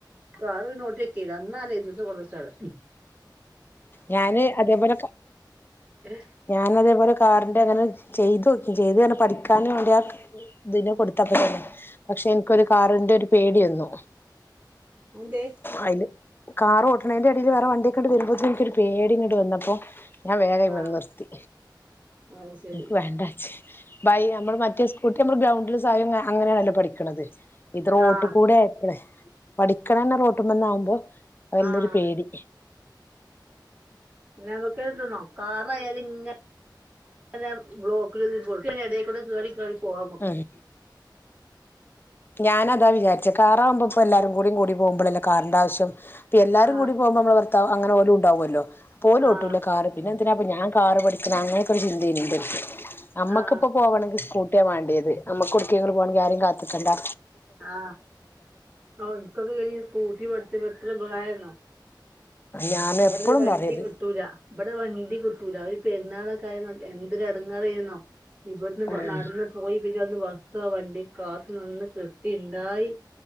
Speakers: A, on the right; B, on the left.
A: കാർ പിന്നെ ഓട്ടിനോക്കിയില്ല അന്നാ ലെയ്സൻസ് കൊണ്ട് വച്ചതാ
B: ഞാന് അതേപോലെ
A: അതെന്തേ
B: ഞാൻ അതേപോലെ കാറിൻന്റെ അങ്ങനെ ചെയ്തോക്കി ചെയ്ത് ന്ന് പറഞ്ഞാ പഠിക്കാനും വേണ്ടി ആ ഇതിന കൊടുത്തപ്പന്നെ പക്ഷെ എനിക്കൊരു കാറിന്റെ ഒരു പേടി വന്നു
A: അതെന്തേ
B: അതില് കാർ ഓട്ട് ണേന്റെ ഇടയിൽ വേറെ വണ്ടിയൊക്കെണ്ട് വരുമ്പോത്തന്നെ എനിക്കൊരു പേടിങ്ങട്ട് വന്നപ്പോ ഞാൻ വേഗം അയ്മന്ന്
A: ആഹ്
B: നിർത്തി
A: അത് ശരി
B: എനിക്ക് വേണ്ടച്ച് ബൈ നമ്മള് മറ്റേ കുട്ടി അമ്മള ഗ്രൗണ്ടില് <unintelligible> അങ്ങനെയണല്ലോ പഠിക്കണത്. ഇത് റോട്ട്
A: ആഹ്
B: കൂടെ ആയപ്പളെ പഠിക്ക് <unintelligible> റോട്ടുമേന്നാവുമ്പോ വല്ലോരു
A: ആഹ്
B: പേടി
A: നമുക്കേത് നോക്കറായാലും ഇങ്ങനെ ബ്ലോക്കിൽ <unintelligible> പോവാന്നൊക്കെ
B: ഉം ഞാനതാ വിചാരിച്ചെ കാറാകുമ്പോ ഇപ്പോ എല്ലാരും കൂടി, കൂടി പോകുമ്പളല്ലേ കാറിന്റെ ആവശ്യം ഇപ്പ എല്ലാരും
A: ആ
B: കൂടി പോകുമ്പോ അമ്മള ഭർത്താവ് അങ്ങനെ ഒരു ഉണ്ടവുമല്ലോ പോലോട്ടുല്ല
A: ആ
B: കാറ് പിന്നെ <unintelligible> ഞാൻ കാറ് പഠിക്കണ അങ്ങനെക്കെ ഒരു ചിന്ത ഇനി ഒണ്ട് നമ്മക്ക്
A: ആ
B: ഇപ്പ പോവണെങ്കി സ്കൂ <unintelligible> വാണ്ടിയത് നമുക്കോട്ക്കേങ്കിലും പോണങ്കി ആരേയും കാത്ത് ക്കണ്ടാ
A: ആ ആ ഇൻക്കത് കഴിഞ്ഞ് സ്കൂട്ടി പഠിച്ചപ്പ എത്ര ഉപകാരന്ന അ
B: ഞാന്
A: ഇബടൊരു
B: എപ്പളും
A: വണ്ടി
B: പറയത്
A: കിട്ടൂല ഇബടെ വണ്ടി കിട്ടൂല ഒരു പെരുന്നാള കൈ നോക്കി എന്തൊരെടെങ്ങറേയ്ന്നോ ഇബട്ന്ന് <unintelligible>
B: ഉം
A: നട്ന്ന് പോയി <unintelligible> ബസ്സോ വണ്ടി കാത്ത് നിന്ന് കി ട്ടി ണ്ടായി